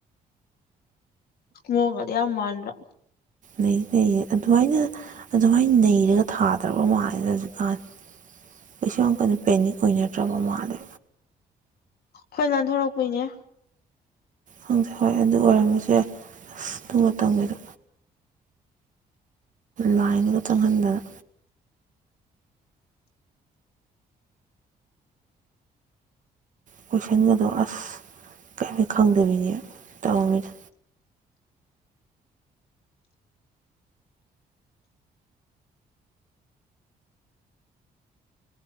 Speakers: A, on the left; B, on the right.
A: ꯃ ꯀꯗꯤ ꯌꯥꯝ ꯃꯥꯟ꯭ꯔ
B: ꯂꯩ ꯂꯩ ꯑꯗꯨꯃꯥꯏꯅ ꯑꯗꯨꯃꯥꯏꯅ ꯅꯩꯔꯒ ꯊꯥꯗ꯭ꯔꯕ ꯃꯥꯜꯂꯦꯗ ꯍꯧꯖꯤꯛꯀꯥꯟ ꯄꯩꯁ ꯀꯩꯅ ꯄꯦꯅꯤꯛ ꯑꯣꯏꯅꯅꯠꯇ꯭ꯔꯕ ꯃꯥꯔꯦ
A: ꯍꯣꯏ ꯂꯟꯊꯣꯔꯛꯄꯣꯏꯅꯦ
B: ꯍꯪꯁꯦ ꯍꯣꯏ ꯑꯗꯨ ꯑꯣꯏꯔꯝꯃꯁꯦ ꯑꯁ ꯑꯗꯨ ꯃꯇꯝꯒꯤꯗꯣ ꯂꯥꯏꯅꯒ ꯆꯪꯍꯟꯗꯅ ꯀꯣꯏꯁꯟꯒꯗꯣ ꯑꯁ ꯀꯔꯤꯝꯇ ꯈꯪꯗꯕꯤꯅꯦ ꯇꯧꯔꯃꯤꯅ